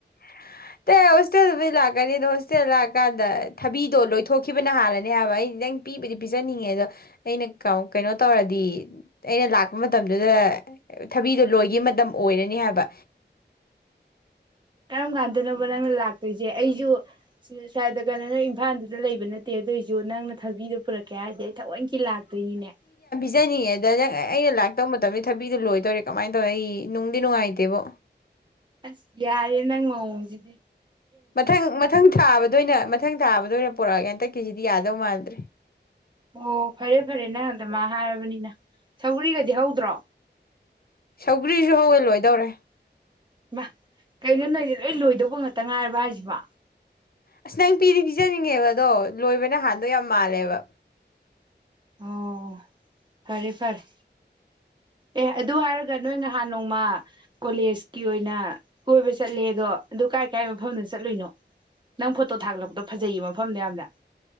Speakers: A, on the left (about 55°); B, on the right (about 25°).
A: <unintelligible> ꯇꯥꯕꯤ ꯂꯥꯛꯀꯅꯤꯗꯣ ꯍꯣꯁꯇꯦꯜ ꯂꯥꯛꯑꯀꯥꯟꯗ ꯊꯕꯤꯗꯣ ꯂꯣꯏꯊꯣꯛꯈꯤꯕꯅ ꯍꯥꯜꯂꯅꯤ ꯍꯥꯏꯕ ꯑꯩ ꯅꯪ ꯄꯤꯕꯗꯤ ꯄꯤꯖꯅꯤꯡꯉꯦ ꯑꯗꯣ ꯑꯩꯅ ꯀꯥꯎ ꯀꯩꯅꯣ ꯇꯧꯔꯗꯤ ꯑꯩꯅ ꯂꯥꯛꯄ ꯃꯇꯝꯗꯨꯗ ꯊꯕꯤꯗꯣ ꯂꯣꯏꯒꯤꯕ ꯃꯇꯝ ꯑꯣꯏꯔꯅꯤ ꯍꯥꯏꯕ꯫
B: ꯀꯔꯝ ꯀꯥꯟꯗꯅꯣꯕ ꯅꯪꯅ ꯂꯥꯛꯇꯣꯏꯁꯦ ꯑꯩꯁꯨ ꯁ꯭ꯋꯥꯏꯗ ꯀꯩꯅꯣ ꯅ‌ꯣꯏ ꯏꯝꯐꯥꯜꯗꯨꯗ ꯂꯩꯕ ꯅꯠꯇꯦ ꯑꯗꯨꯏꯁꯨ ꯅꯪꯅ ꯊꯕꯤꯗꯣ ꯄꯨꯔꯛꯀꯦ ꯍꯥꯏꯔꯗꯤ ꯊꯑꯣ ꯀꯤ ꯂꯥꯛꯇꯣꯏꯅꯤꯅꯦ꯫
A: ꯍꯥꯏꯖꯅꯤꯡꯉꯦ ꯑꯗ ꯅꯪ ꯑꯩꯅ ꯂꯥꯛꯇꯧ ꯃꯇꯝꯗ ꯊꯕꯤꯗꯨꯣ ꯂꯣꯏꯗꯧꯔꯦ ꯀꯃꯥꯏꯅ ꯇꯧꯔꯤ ꯑꯩ ꯅꯨꯡꯗꯤ ꯅꯨꯡꯉꯥꯏꯇꯦꯕꯣ꯫
B: ꯑꯁ ꯌꯥꯔꯦ ꯅꯪ ꯃꯑꯣꯡꯖꯤꯗꯤ
A: ꯃꯊꯪ ꯃꯊꯪ ꯊꯥꯕꯗ ꯑꯣꯏꯅ ꯃꯊꯪ ꯊꯥꯕꯗ ꯑꯣꯏꯅ ꯄꯨꯔꯛꯑꯒꯦ ꯍꯟꯗꯛꯀꯤꯁꯤꯗꯤ ꯌꯥꯗꯧ ꯃꯥꯟꯗ꯭ꯔꯦ꯫
B: ꯑꯣ ꯐꯔꯦ ꯐꯔꯦ ꯅꯪ ꯑꯗꯨꯃꯥꯏ ꯍꯥꯏꯔꯕꯅꯤꯅ ꯁꯧꯒ꯭ꯔꯤ ꯒꯗꯤ ꯍꯧꯗ꯭ꯔꯣ꯫
A: ꯁꯧꯒ꯭ꯔꯤꯁꯨ ꯍꯧꯋꯦ ꯂꯣꯏꯗꯧꯔꯦ꯫
B: ꯍꯩꯃ ꯀꯩꯅꯣ ꯅꯣꯏꯗꯤ ꯂꯣꯏ ꯂꯣꯏꯗꯧꯕ ꯉꯥꯛꯇ ꯉꯥꯏꯔꯕ ꯍꯥꯏꯁꯤꯕꯣ꯫
A: ꯑꯁ ꯅꯪ ꯄꯤꯗꯤ ꯄꯤꯖꯅꯤꯡꯉꯦꯕ ꯑꯗꯣ ꯂꯣꯏꯕꯅ ꯍꯥꯟꯅꯗꯣꯏ ꯌꯥꯝ ꯃꯥꯜꯂꯦꯕ꯫
B: ꯑꯣ ꯐꯔꯦ ꯐꯔꯦ ꯑꯦ ꯑꯗꯨ ꯍꯥꯏꯔꯒ ꯅꯣꯏ ꯉꯍꯥꯟ ꯅꯣꯡꯃꯥ ꯀ‌ꯣꯂ‌ꯦꯁꯀꯤ ꯑ‌ꯣꯏꯅꯥ ꯀ‌ꯣꯏꯕꯥ ꯆꯠꯂ‌ꯦꯗ‌ꯣ ꯀꯥꯏ ꯀꯥꯏ ꯆꯠꯂ‌ꯨꯏꯅ‌ꯣ ꯅ‌ꯪ ꯐ‌ꯣꯇ‌ꯣ ꯊꯒꯠꯂꯛꯄꯗꯣ ꯐꯖꯩꯌꯦ ꯃꯐꯝꯗ‌ꯣ ꯌꯥꯝꯅꯥ